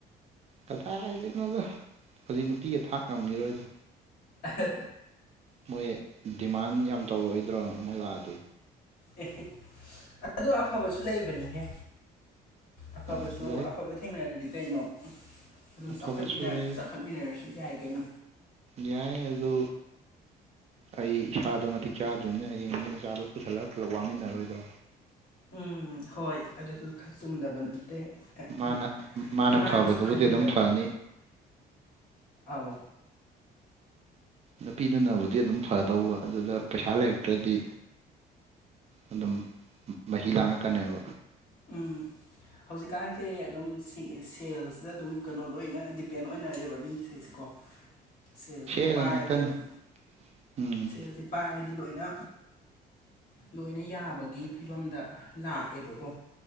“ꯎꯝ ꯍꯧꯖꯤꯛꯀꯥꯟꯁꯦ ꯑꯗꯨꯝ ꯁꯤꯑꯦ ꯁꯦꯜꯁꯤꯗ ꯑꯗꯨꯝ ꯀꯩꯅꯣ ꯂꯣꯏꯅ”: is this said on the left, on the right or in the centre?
Left